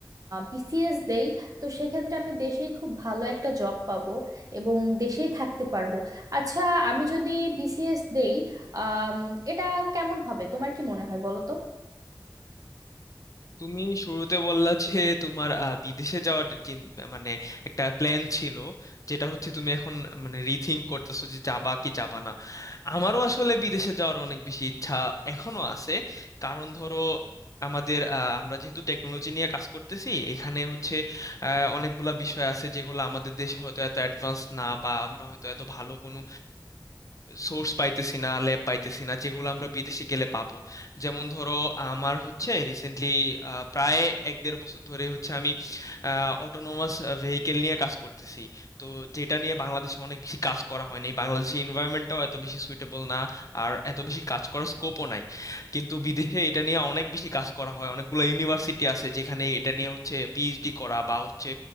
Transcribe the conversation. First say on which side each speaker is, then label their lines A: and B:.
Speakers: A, on the right; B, on the left.
A: বিসিএস দেই তো সেক্ষেত্রে আমি দেশেই খুব ভালো একটা জব পাবো এবং দেশেই থাকতে পারবো আচ্ছা আমি যদি বিসিএস দেই আম, এটা কেমন হবে তোমার কি মনে হয় বলো তো
B: তুমি শুরুতে বললা যে তোমার আহ, বিদেশে যাওয়ার চিন- মানে একটা প্ল্যান ছিল যেটা হচ্ছে তুমি এখন মানে রিথিঙ্ক করতেছো যে যাবা কি যাবা না আমারও আসলে বিদেশে যাওয়ার অনেক বেশি ইচ্ছা এখনো আছে কারণ ধরো আমাদের আহ, আমরা যেহেতু টেকনোলজি নিয়ে কাজ করতেছি এখানে হচ্ছে আহ, অনেকগুলা বিষয় আছে যেগুলো আমাদের দেশে হয়তো এত অ্যাডভান্স না বা আমরা হয়তো এত ভালো কোনো সোর্স পাইতেছি না ল্যাব পাইতেছি না যেগুলো আমরা বিদেশে গেলে পাবো যেমন ধরো আমার হচ্ছে রিসেন্টলি প্রায় এক দেড় বছর ধরে হচ্ছে আমি অটোনোমাস ভেহিকেল নিয়ে কাজ করতেছি তো যেটা নিয়ে বাংলাদেশে অনেক বেশি কাজ করা হয়নি বাংলাদেশের এনভায়রনমেন্টটাও এত বেশি সুইটেবল না আর এত বেশি কাজ করার স্কোপও নাই কিন্তু বিদেশে এটা নিয়ে অনেক বেশি কাজ করা হয় অনেকগুলো ইউনিভার্সিটি আছে যেখানে এটা নিয়ে হচ্ছে পিএইচডি করা বা হচ্ছে